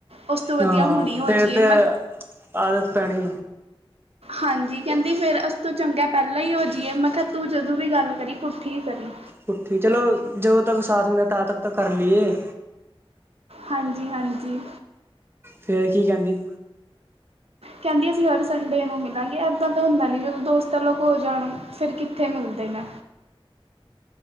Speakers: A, on the right; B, on the right.
A: ਉਸ ਤੋਂ ਵਧੀਆ
B: ਹਾਂ
A: ਹੁਣੀ ਹੋ
B: ਫਿਰ
A: ਜਾਈਏ।
B: ਤੇ ਆਦਤ ਪੈਣੀ।
A: ਹਾਂਜੀ, ਕਹਿੰਦੀ ਫੇਰ ਐਤੋ ਚੰਗਾ, ਪਹਿਲਾਂ ਹੀ ਹੋ ਜਾਈਏ। ਮੈਂ ਕਿਹਾ ਤੂੰ, ਜਦੋਂ ਵੀ ਗੱਲ ਕਰੀ, ਪੁੱਠੀ ਹੀ ਕਰੀ।
B: ਪੁੱਠੀ। ਚਲੋ ਜਦੋਂ ਤੱਕ, ਸਾਥ ਮਿਲੇ, ਤਾਂ ਤੱਕ ਤੇ, ਕਰ ਲਈਏ।
A: ਹਾਂਜੀ-ਹਾਂਜੀ।
B: ਫੇਰ ਕੀ, ਕਹਿੰਦੀ।
A: ਕਹਿੰਦੀ ਅਸੀਂ, ਹਰ ਸੰਡੇ ਨੂੰ ਮਿਲਾਂਗੇ। ਇੱਦਾਂ ਤਾਂ ਹੁੰਦਾ ਨਹੀਂ। ਜਦੋਂ ਦੋਸਤ ਅਲੋਗ ਹੋ ਜਾਣ। ਫੇਰ ਕਿੱਥੇ, ਮਿਲਦੇ ਨੇ।